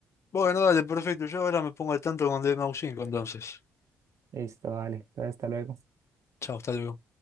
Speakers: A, on the left (about 40°); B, on the right (about 45°).
A: Bueno, dale, perfecto. Yo ahora me pongo al tanto con DMAU5 entonces.
B: Listo, vale. Entonces, hasta luego.
A: Chao, hasta luego.